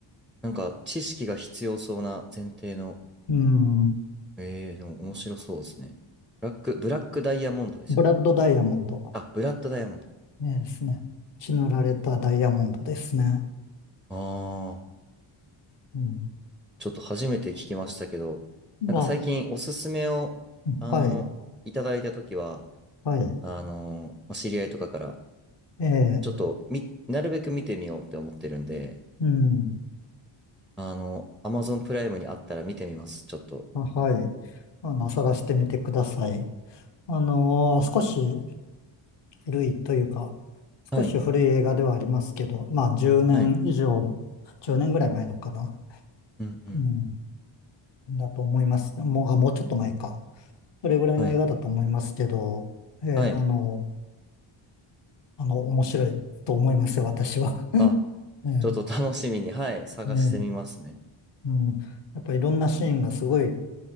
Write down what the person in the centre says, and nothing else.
なんか、知識が必要そうな前提の、
ええー、でも面白そうですね。ブラック、ブラックダイヤモンドでしたっけ
あ、ブラッドダイヤモンド。
ああ、
ちょっと初めて聞きましたけど、
なんか最近おすすめを、あの、
いただいたときは、
あの、まあ知り合いとかから、
ちょっとみ、なるべく見てみようって思ってるんで、
あの、アマゾンプライムにあったら見てみます、ちょっと。
はい、
はい、
うん、うん、
はい、
はい。
あ
ちょっと楽しみに、はい、探してみますね。